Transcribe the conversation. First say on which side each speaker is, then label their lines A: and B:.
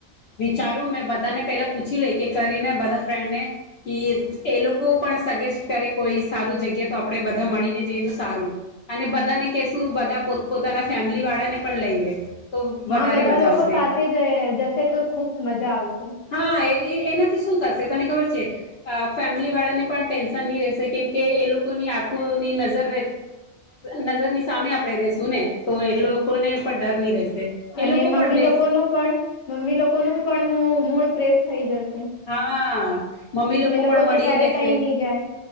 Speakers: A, on the left; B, on the left.
A: વિચારું મેં બધાને પેલા પૂછી લઈ કે કરીને બધા ફ્રેન્ડ ને કે એ લોકો પણ સગેસ્ટ કરે કોઈ સારું જગ્યા તો આપડે બધા મળીને જઈએ તો સારું અને બધાને કેશુ બધા પોતપોતાના ફેમિલી વાળા ને પણ લઈ લે તો
B: હા
A: વધારે
B: બધા
A: મજા
B: લોકો
A: આવશે
B: સાથે જશે તો ખુબ મજા આવશે
A: હા એનાથી શું થશે તને ખબર છે ફેમિલી વાળાને પણ ટેન્શન ની રહેશે કેમ કે એ લોકોની આંખોની નજર નજરની સામે આપણેે રેશું ને તો એ લોકોને ડર ની રહેશે એ
B: અને
A: લોકો
B: મમ્મી
A: પણ બે
B: પણ મમ્મી લોકો ન પણ મૂળ ફ્રેશ થઈ જશે
A: હા હ મમ્મી લોકો
B: એ
A: પણ મળી
B: તો ક્યારે
A: રહેશે
B: કઈ નહી જાય